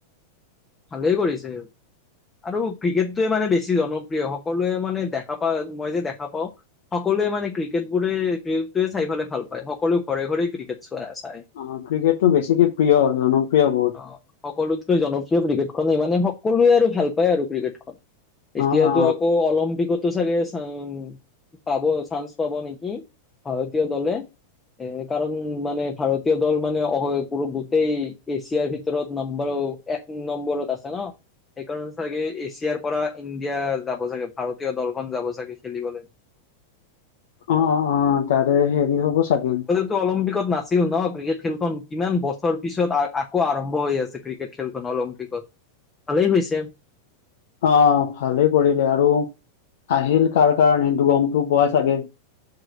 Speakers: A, on the left (about 15°); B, on the left (about 55°).
A: ভালেই কৰিছে, আৰু ক্ৰিকেটটোৱে মানে বেছি জনপ্ৰিয় সকলোৱে মানে দেখা পাওঁ মই যে দেখা পাওঁ সকলোৱে মানে ক্ৰিকেট বোৰে ক্ৰিকট টোৱে চাই পালে ভাল পায় সকলোৱ ঘৰে, ঘৰে ক্ৰিকেট চোৱা চাই।
B: অ', ক্ৰিকেটটো বেছিকে প্ৰিয় জনপ্ৰিয় বহুত
A: অ', সকলোতকৈ জনপ্ৰিয় ক্ৰিকেট খনেই মানে সকলোৱে আৰু ভাল পায় আৰু ক্ৰিকেটখন। এতিয়াটো
B: অ অ
A: আকৌ অলিম্পিকটো চাগে চান পাব চান্স পাব নেকি? ভাৰতীয় দলে এ, কাৰণ মানে ভাৰতীয় দল মানে অ' গোটেই এছিয়াৰ ভিতৰত নাম্বাৰ এক নম্বৰত আছে ন? সেইকাৰণ চাগে এছিয়াৰ পৰা ইণ্ডিয়া যাব চাগে ভাৰতীয় দলখন যাব চাগে খেলিবলৈ।
B: অ' অ' অ' তাৰে হেৰি হ'ব <unintelligible>
A: ত অলিম্পিকত নাছিল ন ক্ৰিকেট খেলখন কিমান বছৰ পিছত আ আকৌ আৰম্ভ হৈ আছে ক্ৰিকেট খেলখন অলিম্পিকত। ভালেই হৈছে।
B: অ', ভালেই কৰিলে আৰু, আহিল কাৰ কাৰণে সেইটো গমটো পোৱাই চাগে?